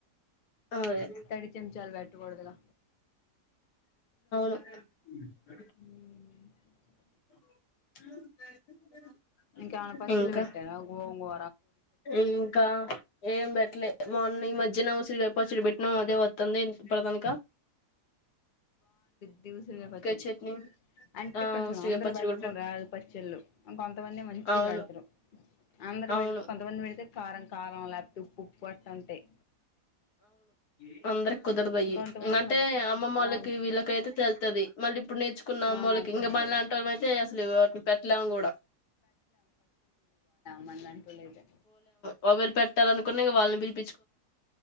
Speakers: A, on the left; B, on the left.
A: అదే
B: తడి చెంచాలు పెట్టకూడదుగా
A: <inaudible>
B: హ్మ
A: <inaudible>
B: ఇంకేవన్న పచ్చడ్లు
A: ఇంకా
B: పెట్టవా గోంగో
A: ఇంకా ఏం బెట్టలేదు మార్నింగ్ ఈ మధ్యలో ఉసిరి కాయ పచ్చడి బెట్నాం అదే వత్తాంది ఇప్దాకా
B: ది ఉసిరికాయ పచ్చడి
A: చట్నీ
B: అంటే
A: ఆ
B: కొంచెం
A: ఉసిరికాయ
B: అందరు
A: పచ్చడి
B: పెట్టడం
A: కూడా బా
B: రాదు పచ్చళ్ళు కొంతమంది మంచిగా
A: అవును
B: బెడతారు అందరు
A: అవును
B: పెడితే కొంతమంది పెడితే కారం కారం లేప్తు ఉప్పు ఉప్పుగా అట్టా ఉంటాయ్
A: <unintelligible> కుదరదయ్
B: ఇంకొంతమంది
A: అంటే
B: మంచి
A: అమ్మమ్మ వాళ్ళకి
B: అవును
A: వీళ్ళకయితే తెల్తది మళ్ళీ ప్ ఇప్పుడు నేర్చుకున్న
B: ఆ
A: అమ్మోల్లకి,
B: పెద్దలు
A: ఇంక మన లాంటోళ్ళయితే అసలు పెట్టలేము కూడా
B: మనలాం టోలైతే
A: వోవెల్ పెట్టాలనుకున్న ఇగ వాళ్ళు వీళ్ళు